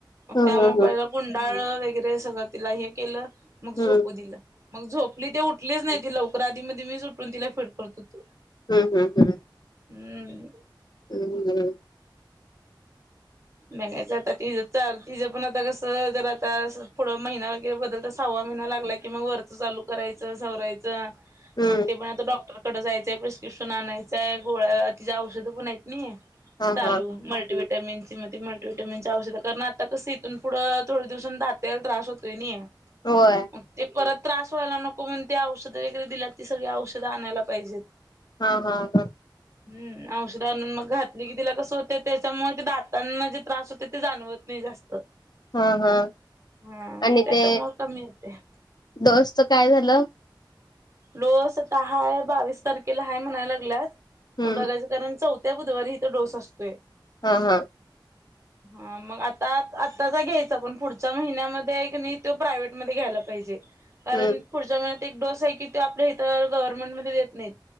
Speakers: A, on the right (about 35°); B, on the left (about 55°).
A: मग
B: हम्म
A: त्यामुळे
B: हम्म
A: पहिला कुंडाळ वगैरे सगळं तिला हे केलं मग झोपू
B: हम्म
A: दिलं मग झोपली ते उ उठलीच नाही ती लवकर आधी मध्ये मीच उठून तिला फिड करत हुतो
B: हम् हम् हम्
A: हम्
B: हम्मम्
A: मच आता तीं चार तिज पण आता कसं जर आता पुढं महिना वगैरे बदलत सव्वा महिना लागला की मग वरच चालू करायचं सवरायचं
B: हम्म
A: मग ते पण आता डॉक्टर डॉक्टर जायचंय प्रिस्क्रिप्शन आणायचय गोळ्या तिज औषधं पण आहेत नाही
B: हा
A: चालू
B: हा
A: मल्टीव्हिटॅमिन्स म मल्टीव्हिटॅमिन औषध कारण आता कस इथून पुढंथोडे दिवसान दात यायला त्रास होतोय नि
B: होय
A: ग ते परत त्रास व्हायला नको म्हण ते औषध वगैरे दिल्या ती सगळी औषधं आणायला पाहिजेत
B: हा हा हा
A: हम् औषध आणून मग घातली की तिला कसं होते त्याच्यामुळे ते दात त्यांना जे त्रास होते ते जाणवत नाही जास्त
B: हा हा
A: हम
B: आणि
A: त्याच्या
B: ते
A: मूळ कमी येते
B: डोसच काय झालं
A: लोसवतःय बावीस तारखेला हा म्हणायला लागल्यात
B: हम्म
A: मग बघायचं कारण चौथ त्या बुधवारी हिो डोस असतोय
B: हा हा
A: हा मग आता आत्ताचा घ्यायचा पण पुढच्या महिन्यामध्ये क नाही तो प्रायव्हेटमध्ये घ्यायला पाहिजे
B: हम्म
A: कारण पुढच्या महिन्यात एक डोस आहे की तो आपल्या इथ गव्हर्मेंट मध्ये देत नाहीत.